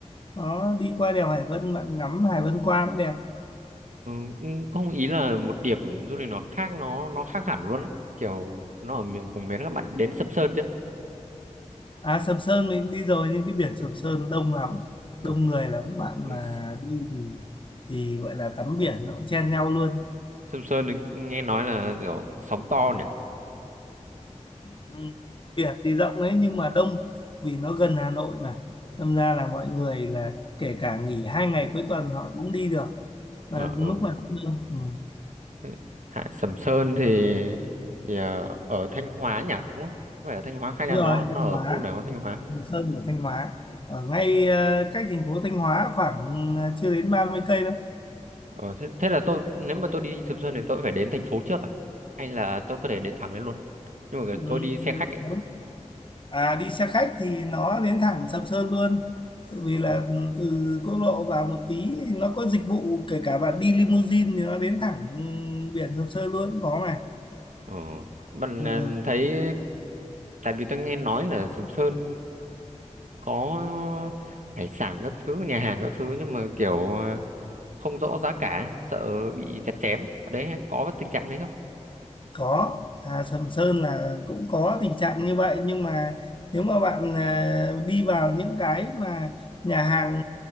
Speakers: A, on the left; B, on the right.
A: đó đi qua đèo Hải Vân bạn ngắm Hải Vân qua cũng đẹp
B: Ừ, cũng không ý là một điểm du lịch nó khác nó nó khác hẳn luôn đấy. Kiểu nó ở miền vùng miền các bạn đến Sầm Sơn chưa?
A: à Sầm Sơn mình đi rồi nhưng cái biển
B: Ừ.
A: Sầm Sơn đông lắm
B: ừ, ừ.
A: đông người lắm bạn
B: Thế
A: mà đi thì thì gọi là tắm biển nó cũng chen nhau luôn
B: Sầm Sơn thì nghe nói là kiểu sóng to nhỉ?
A: ừ. biển thì rộng đấy nhưng mà đông vì nó gần Hà Nội mà đâm ra là mọi người là kể cả nghỉ hai ngày cuối tuần họ cũng đi được
B: Ờ,
A: mà lúc
B: ừ.
A: nào cũng đông ừ.
B: Thế, Hạ Sầm Sơn thì, thì ờ, ở Thanh Hóa nhỉ? Đúng không? Phải ở Thanh Hóa hay là
A: đúng rồi
B: nó nó
A: Thanh
B: ở
A: Hóa
B: khu nào của Thanh Hóa?
A: Sầm Sơn ở Thanh Hóa ở ngay ờ, cách thành phố Thanh Hóa khoảng ờ, chưa đến 30 cây đâu
B: Ờ, thế, thế là tôi nếu mà tôi đi Sầm Sơn thì tôi phải đến thành phố trước à? Hay là tôi có thể đến thẳng đến luôn? Nhưng mà
A: Ừ,
B: tôi đi
A: ừ,
B: xe khách ấy.
A: nếu À đi xe khách thì nó đến thẳng Sầm Sơn luôn. Tại vì là
B: Ừ.
A: ừ, từ quốc lộ vào một tí nó có dịch vụ kể cả bạn đi limousine thì nó đến thẳng ừ, biển Sầm Sơn luôn cũng có mà.
B: Ờ. Bạn
A: Ừ,
B: à, thấy tại vì tôi nghe nói là Sầm Sơn có hải sản các thứ, nhà hàng các thứ nhưng mà kiểu à, không rõ giá cả, sợ bị chặt chém. Ở đấy có tình trạng đấy không?
A: có. À, Sầm Sơn là cũng có tình trạng như vậy nhưng mà nếu mà bạn à, đi vào những cái mà nhà hàng